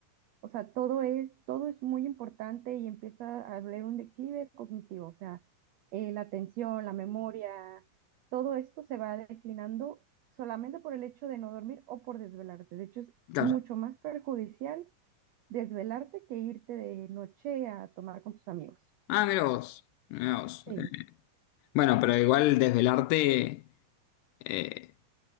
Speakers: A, on the right (about 80°); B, on the left (about 80°).
A: O sea, todo es, todo es muy importante y empieza a haber un declive cognitivo. O sea, eh, la atención, la memoria, todo esto se va declinando solamente por el hecho de no dormir o por desvelarte. De hecho, es
B: Claro.
A: mucho más perjudicial desvelarte que irte de noche a tomar con tus amigos.
B: Ah, mira vos, mira vos.
A: Sí,
B: Eh, Bueno, pero igual desvelarte, eh,